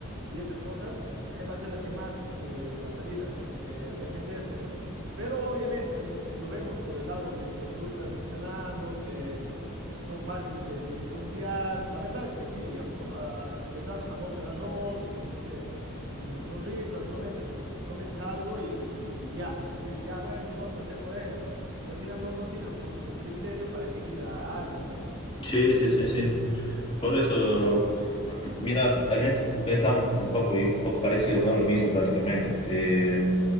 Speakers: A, on the right; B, on the left.
A: y esas cosas, eh, va a ser la que más eh, va a salir a- como que a defenderse, ¿no? Pero obviamente, si, si lo vemos por el lado que, que tú estás mencionando, que son fáciles de, de influenciar, la verdad es que sí, digamos, ¿no? Ah, les das una bolsa de arroz, o no sé una sonrisa, prometes, prometes algo y, y- y ya, como que dice, ya, bueno, mi voto va a ser por este, y al final no, no tienen como que un criterio para elegir a alguien, ¿no?
B: Sí, sí,
A: L-
B: sí, sí. Por eso, mira, en eso pensamos un poco, un poco parecido, ¿no? Lo mismo prácticamente. Eh,